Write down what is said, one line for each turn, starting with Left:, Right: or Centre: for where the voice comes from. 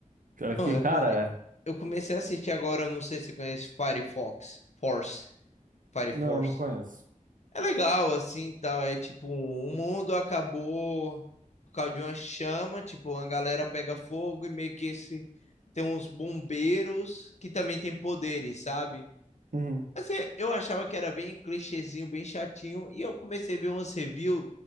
Right: Pior que,
Left: Não, eu,
Right: cara,
Left: come... eu comecei a assistir agora, eu não sei se você conhece Firefox, Force, Fire
Right: Não,
Left: Force.
Right: não conheço.
Left: É legal, assim, tal. É tipo, o mundo acabou por causa de uma chama, tipo, a galera pega fogo e meio que esse tem uns bombeiros que também tem poderes, sabe?
Right: Uhum,
Left: Assim, eu achava que era bem clichêzinho, bem chatinho, e eu comecei a ver uns reviews